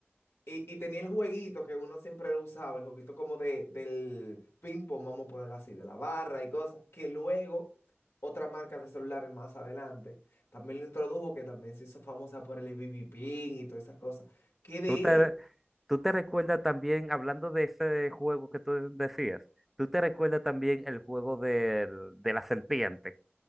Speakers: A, on the left; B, in the centre.
A: y, y tenía el jueguito que uno siempre lo usaba, el jueguito como de, del ping-pong, vamos a ponerlo así, de la barra y cosas, que luego otra marca de celulares más adelante también lo introdujo, que también se hizo famosa por el BB Pin y todas esas cosas. Que de
B: ¿Tú te,
A: hecho,
B: tú te recuerdas también, hablando de ese juego que tú decías, tú te recuerdas también el juego del- de la serpiente